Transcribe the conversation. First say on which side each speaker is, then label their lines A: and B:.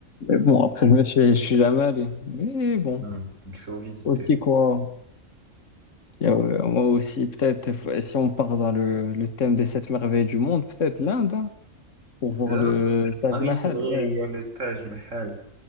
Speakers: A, on the left; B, on the right.
A: Mais bon, après, je me suis, je suis jamais allé. Mais bon,
B: Hmm, Il faut visiter.
A: aussi quoi, il y a, euh, moi aussi, peut-être, f- si on part dans le, le thème des sept merveilles du monde, peut-être l'Inde, hein, pour voir
B: Là?
A: le Taj
B: Ah oui,
A: Mahal,
B: c'est vrai,
A: ouais,
B: il y a le Taj Mahal.